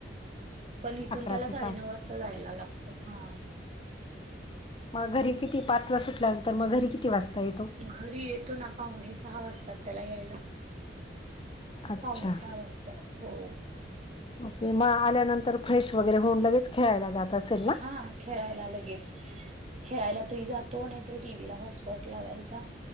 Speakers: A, on the right; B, on the left.
A: पण इथून
B: अकरा
A: त्याला
B: ते
A: साडेनऊ
B: पाच
A: वाजता जायला लागतं हा.....
B: मग घरी किती पाच वाजता सुटल्यानंतर मग घरी किती वाजता येतो?
A: घरी येतो ना पाहुणे सहा वाजतात त्याला यायला....
B: अच्छा
A: पावणे सहा वाजतात हो....
B: ओके मग आल्यानंतर फ्रेश वगैरे होऊन लगेच खेळायला जात असेल
A: हा
B: ना....
A: खेळायला लगेच खेळायला तरी जातो नाही.... तर टीव्हीला हॉटस्पॉट लावायचा